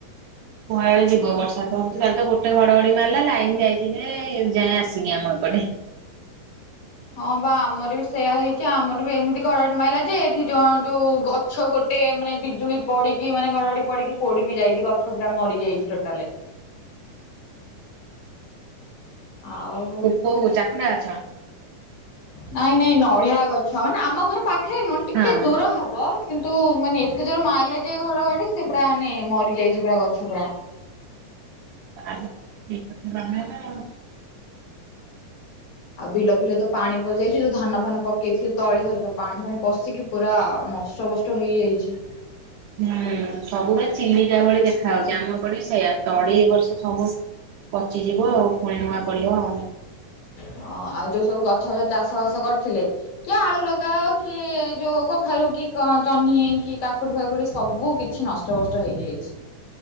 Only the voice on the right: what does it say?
କୁଆଳେ ଯିବ ବର୍ଷା ତ ହଉଛି। କାଲି ତ ଗୋଟେ ଘଡଘଡି ମାରିଲା ଲାଇନ ଯାଇଛି ଯେ ଏ ଯାଏ ଆସିନି ଆମ ଏପଟେ।
କୋଉ ଛାଖୁଣ୍ଡା ଗଛ।
ହଁ।
ଆ <unintelligible>
ହୁଁ ସବୁବେ ଚିଲିକା ଭଳି ଦେଖା ହଉଛି। ଆମ ପିବ ସେଇଆ ତଳି ଏ ବର୍ଷ ସବୁ ପଚିଯିବ ଆଉ ପୁଣି ନୂଆ ପଳିବ ଆଉ।